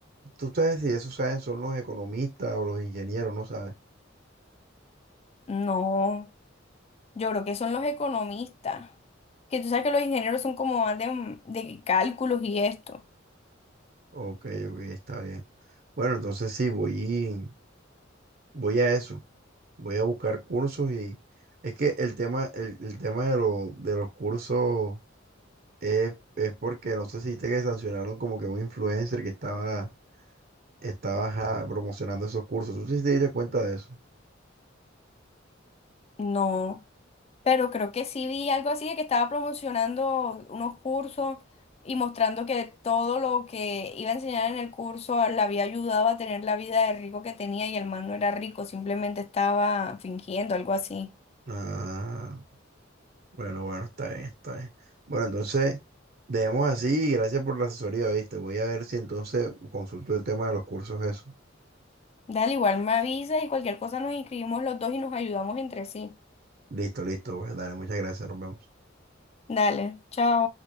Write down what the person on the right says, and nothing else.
Tú sabes si eso saben son los economistas o los ingenieros, ¿no sabes?
Ok, ok, está bien. Bueno, entonces sí, voy, voy a eso. Voy a buscar cursos y es que el tema, el, el tema de, lo- de los cursos es, es porque no sé si viste que sancionaron como que un influencer que estaba, estaba ajá, promocionando esos cursos. ¿Tú sí te diste cuenta de eso?
Ah, bueno, bueno, está bien, está bien. Bueno, entonces, dejemos así y gracias por la asesoría, ¿viste? Voy a ver si entonces consulto el tema de los cursos eso.
Listo, listo, pues dale, muchas gracias, nos vemos.